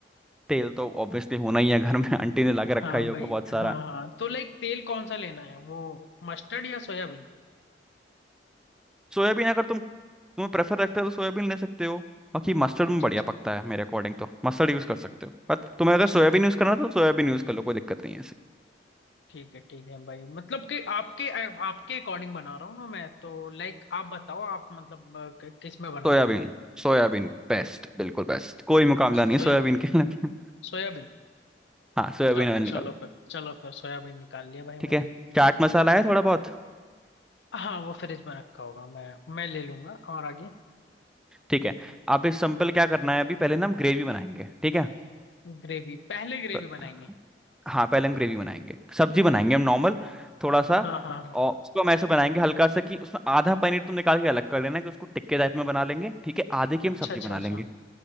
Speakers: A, in the centre; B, on the left.
A: तेल तो ऑब्वियसली होना ही है घर में आंटी ने ला के रखा
B: हाँ <laughs>
A: ही होगा
B: भाई
A: बहुत सारा
B: हाँ हाँ तो लाइक तेल कौन सा लेना है वो मस्टर्ड या सोयाबीन
A: सोयाबीन अगर तुम तुम्हें प्रेफर रखते हो तो सोयाबीन ले सकते हो बाकी मस्टर्ड
B: अच्छा
A: में बढ़िया
B: अच्छा
A: पकता है मेरे अकॉर्डिंग तो मस्टर्ड यूज कर सकते हो पर तुम्हें अगर
B: मस्टर्ड
A: सोयाबीन यूज करना है, तो सोयाबीन यूज कर लो कोई दिक्कत नहीं है ऐसे
B: ठीक है ठीक है भाई मतलब कि आपके आपके अकॉर्डिंग बना रहा हूँ ना मैं तो लाइक आप बताओ आप मतलब अ, कि- किस में बनाऊँ
A: सोयाबीन
B: मैं
A: सोयाबीन बेस्ट बिल्कुल बेस्ट कोई मुकाबला
B: सोया
A: नहीं सोयाबीन के लिए
B: सोयाबीन
A: <laughs> हाँ सोयाबीन
B: चलो
A: ऑयल निकालो
B: चलो फिर चलो फिर सोयाबीन निकाल लिया भाई
A: ठीक
B: मैंने
A: है चाट मसाला है थोड़ा बहुत
B: हाँ वो फ्रिज में रखा होगा मैं मैं ले लूंगा और आगे
A: ठीक है अब इस सिंपल क्या करना है अभी पहले ना हम ग्रेवी बनाएंगे ठीक है
B: ग्रेवी पहले ग्रेवी
A: तो
B: बनाएंगे
A: हाँ पहले हम ग्रेवी बनाएंगे सब्जी बनाएंगे हम नॉर्मल थोड़ा सा
B: हाँ हाँ हाँ
A: और उसको हम ऐसे बनाएंगे हल्का सा कि उसमें आधा पनीर तुम निकाल के अलग कर लेना कि उसको टिक्के टाइप में बना लेंगे ठीक है आधे की
B: अच्छा
A: हम सब्जी
B: अच्छा
A: बना
B: अच्छा
A: लेंगे